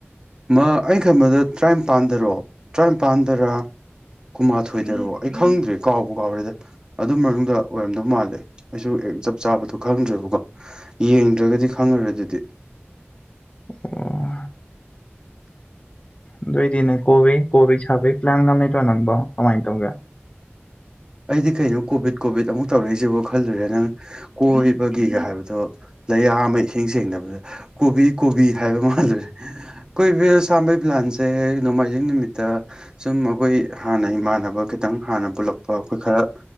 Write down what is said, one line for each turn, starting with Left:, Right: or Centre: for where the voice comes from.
Right: ꯃꯥ ꯑꯩꯩꯅ ꯈꯟꯕꯗ ꯇꯔꯥꯅꯤꯄꯥꯟꯗꯔꯣ ꯇꯔꯥꯅꯤꯄꯥꯟꯗꯔ ꯀꯨꯟꯃꯥꯊꯣꯏꯗꯔꯣ ꯑꯩ ꯈꯪꯗ꯭ꯔꯦ ꯀꯥꯎꯕꯨ ꯀꯥꯎꯔꯦꯗ ꯑꯗꯨ ꯃꯅꯨꯡꯗ ꯑꯣꯏꯔꯝꯗꯧ ꯃꯥꯜꯂꯦ ꯑꯩꯁꯨ ꯍꯦꯛ ꯆꯞ ꯆꯥꯕꯗꯣ ꯈꯪꯗ꯭ꯔꯦꯕꯀꯣ ꯌꯦꯡꯗ꯭ꯔꯒꯗꯤ ꯈꯪꯉꯔꯣꯏ ꯑꯗꯨꯗꯤ <inaudible>
Left: ꯑꯣ ꯑꯗꯨ ꯑꯣꯏꯗꯤꯅꯦ ꯀꯣꯕꯤ ꯀꯣꯕꯤ ꯁꯥꯐꯤꯛ ꯉꯥꯡ ꯉꯥꯡ ꯂꯩꯇꯔꯣ ꯅꯪꯕꯣ ꯀꯃꯥꯏꯅ ꯇꯧꯒꯦ
Right: ꯑꯩꯗꯤ ꯀꯩꯅꯣ ꯀꯣꯚꯤꯠ ꯀꯣꯚꯤꯠ ꯑꯃꯨꯛ ꯇꯧꯔꯛꯏꯁꯤꯕꯣ ꯈꯜꯂꯨꯔꯦ ꯅꯪ ꯀꯣꯏꯕꯒꯤꯒ ꯍꯥꯏꯕꯗꯣ ꯅꯩꯌꯥ ꯑꯃ ꯏꯁꯦꯡ ꯁꯦꯡꯗꯕꯗ ꯀꯣꯕꯤ ꯀꯣꯕꯤ ꯍꯥꯏꯕ ꯃꯥꯜꯂꯨꯔꯦ ꯀꯣꯏꯕꯤ ꯁꯥꯥꯝꯕꯩ ꯄ꯭ꯂꯥꯟꯁꯦ ꯅꯣꯡꯃꯥꯏꯖꯤꯡ ꯅꯨꯃꯤꯠꯇ ꯁꯨꯝ ꯑꯩꯈꯣꯏ ꯍꯥꯟꯅ ꯏꯃꯥꯟꯅꯕ ꯈꯤꯇꯪ ꯍꯥꯟꯅ ꯄꯨꯜꯂꯛꯄ ꯑꯩꯈꯣꯏ ꯈꯔ